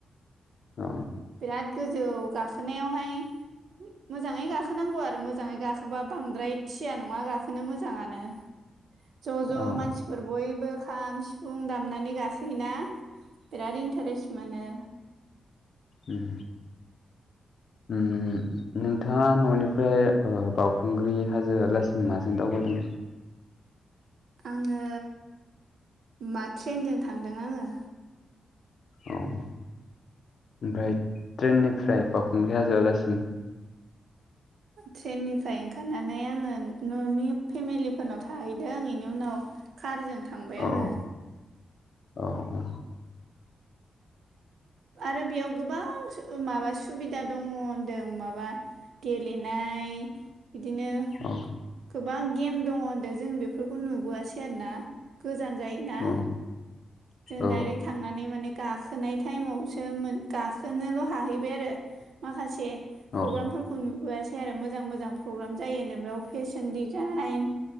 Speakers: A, on the left; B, on the right.
A: औ।
B: बिराद गोजौ गाखोनायावहाय मोजाङै गाखोनांगौ आरो मोजाङै गा बा बांद्राय थिया नङा गाखोनो मोजाङानो। ज' ज'
A: औ
B: मानसिफोर बयबो खाम सिफुं दामनानै गाखोयोना। बिराद इन्टारेस्ट मोनो।
A: उम। उम नोंथाङा न'निफ्राय ओ बावउखुंग्रि हाजोआ लासि माजों दावबायदों?
B: आंङो मा ट्रेनजों थांदों आंङो।
A: औ ओमफ्राय ट्रेननिफ्राय बावखुंग्रि हाजोआलासिम?
B: ट्रेननिफ्राय ओंखारनानै आंङो न'नि फेमिलिफोरनाव थाहैदों इनि उनाव कारजों थांबाय
A: औ
B: आंङो।
A: औ औ।
B: आरो बेयाव गोबां सु ओ माबा सुबिदा दंङ होनदों माबा गेलेनाय इदिनो
A: औ।
B: गोबां गेम दङ होनदों जों बेफोरखौ नुबोआसै आरोना गोजान जायोना।
A: औ
B: जों
A: औ
B: डायरेक्ट थांनानै माने गाखोनाय टाइमावसो मोन गाखोनोल' हाहैबाय आरो। माखासे
A: औ
B: प्रग्रामफोरखौ नुबोआ सै आरो मोजां मोजां प्रग्राम जायोनो बेयाव फेशन डिजाइन